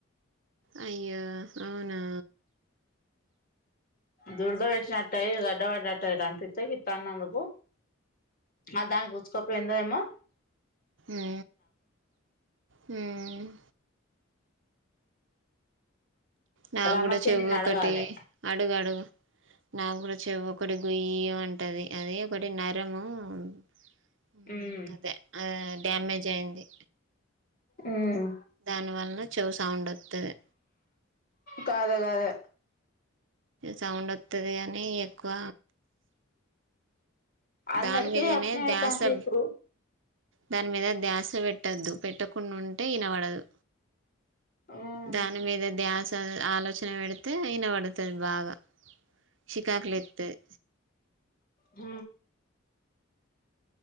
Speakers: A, on the right; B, on the left.
A: అయ్యో అవునా?
B: దుర్ద వచ్చినట్టాయి గడ్డ పడ్డట్టు రంపిత్తయ్ తన్నందుకు మరి దాని కుచ్చుకో పొయిందేమో?
A: మ్ మ్ నా
B: రమ
A: కూడ
B: పిన్నిని
A: చెవ్వు
B: అడగాలే
A: ఒకటి అడుగు అడుగు నాకూడా చెవ్వొకటి గుయ్య్ మంటది అద ఒకటి నరము మ్
B: ఉమ్
A: గదే అదే డామేజ్ అయింది
B: మ్
A: దాని వల్న చెవు సౌండ్ ఒత్తది
B: కాదు అదే అదే
A: సౌండ్ వత్తది అనీ ఎక్కువ
B: అందరికి
A: దాని మీదనే
B: అట్నే అయితంది
A: ధ్యాస
B: ఇప్పుడు
A: దాని మీద ధ్యాస పెట్టొద్దు పెట్టకుంటే ఇనబడదు
B: ఉమ్
A: దాని మీద ధ్యాస ద ఆలోచన పెడితే ఇన పడుతది బాగా శికకులైతది
B: హ